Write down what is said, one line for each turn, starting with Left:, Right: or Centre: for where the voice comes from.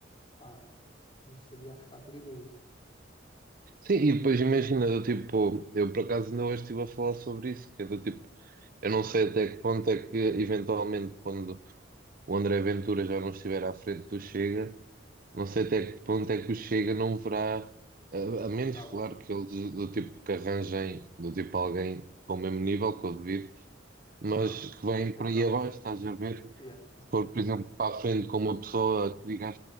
Left: pá, começaria a ficar perigoso.
Right: Sim, e depois imagina, do tipo, eu por acaso ainda hoje estive a falar sobre isso, que é do tipo, eu não sei até que ponto é que eventualmente quando o André Ventura já não estiver à frente do Chega, não sei até que ponto é que o Chega não verá, a, a menos
Left: Acaba.
Right: claro que eles do tipo que arranjem, do tipo alguém com o mesmo nível que o devido, mas
Left: Não,
Right: que vem
Left: acho que
Right: para
Left: acaba.
Right: aí abaixo, estás a ver?
Left: Yeah, yeah.
Right: Se for, por exemplo, para a frente com uma pessoa que diga